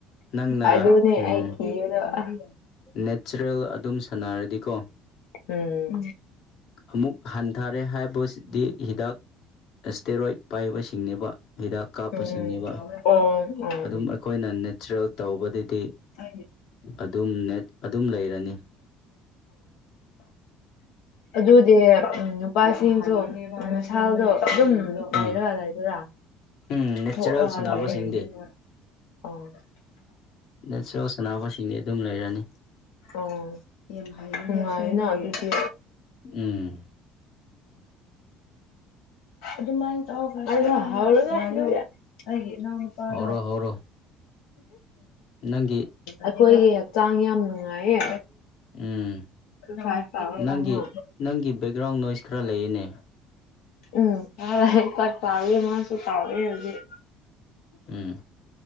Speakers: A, on the left (about 65°); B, on the left (about 85°).
A: ꯅꯪꯅ
B: ꯑꯗꯅꯦ
A: ꯎꯝ
B: ꯑꯩ ꯀꯤꯕꯗꫭ꯫
A: ꯅꯦꯆꯔꯦꯜ ꯑꯗꯨꯝ ꯁꯥꯟꯅꯔꯗꯤꯀꯣ꯫
B: ꯎꯝ
A: ꯑꯃꯨꯛ ꯍꯟꯊꯔꯦ ꯍꯥꯏꯕꯁꯤꯗꯤ ꯍꯤꯗꯥꯛ꯫ ꯑꯦꯁꯇꯦꯔꯣꯏꯠ ꯄꯥꯏꯕꯁꯤꯡꯅꯦꯕ ꯍꯤꯗꯥꯛ꯫ ꯀꯥꯞꯄꯁꯤꯡꯅꯦꯕ
B: ꯎꯝ ꯑꯣ ꯑꯣ
A: ꯑꯗꯨꯝ
B: ꯎꯝ
A: ꯑꯈꯣꯏꯅ ꯅꯦꯆꯔꯦꯜ ꯇꯧꯕꯗꯗꯤ꯫
B: ꯫
A: ꯑꯗꯨꯝ ꯑꯗꯨꯝ ꯂꯩꯔꯅꯤ
B: ꯑꯗꯨ꯫ ꯗꯤ ꯅꯨꯄꯥꯁꯤꯡꯁꯨ ꯃꯁꯥꯗꯣ ꯑꯗꯨꯝ ꯂꯩꯔꯒ
A: ꯎꯝ
B: ꯂꯩꯕꯔ꯫
A: ꯎꯝ ꯅꯦꯆꯔꯦꯜ
B: ꯊꯣꯛ ꯔꯒ
A: ꯁꯥꯟꯅꯕꯁꯤꯡꯗꯤ
B: ꯂꯩꯌ‌ꯦ ꯑꫭ꯫
A: ꯅ‌ꯦꯆꯔ‌ꯦꯜ ꯁꯅꯥꯅꯕ ꯁꯤꯡꯗꯤ ꯑꯗꯨꯝ ꯂꯩꯔꯅꯤ꯫
B: ꯑꯣ ꯌꯥꯝ ꯍꯩ ꯅꯨꯡꯉꯥꯏꯅ ꯑꯗꯨꯗꯤ꯫
A: ꯎꯝ꯫
B: ꯑꯗꯨꯃꯥꯏꯅ ꯇꯧ <unintelligible> ꯑꯩꯒꯤ ꯏꯅꯥꯎꯄꯥꯗꯣ꯫
A: ꯍꯧꯔꯣ ꯍꯧꯔꯣ ꯅꯪꯒꯤ
B: ꯑꯈꯣꯏꯒꯤ ꯍꯛꯆꯥꯡ ꯌꯥꯝ ꯅꯨꯡꯉꯥꯏꯌꯦ꯫
A: ꯎꯝ
B: ꯐꯥꯠ ꯇꯧꯔꯛꯀꯅꯨ꯫
A: ꯅꯪꯒꯤ ꯅꯪꯒꯤ ꯕꯦꯛꯒ꯭ꯔꯥꯎꯟ ꯅꯣꯏꯁ ꯈꯔ ꯂꯩꯌꯦꯅꯦ꯫
B: ꯎꯝ ꯀꯥꯛ ꯇꯥꯎꯋꯦ ꯃꯥꯁꯨ ꯇꯥꯎꯋꯦ ꯍꯧꯖꯤꯛ꯫
A: ꯎꯝ꯫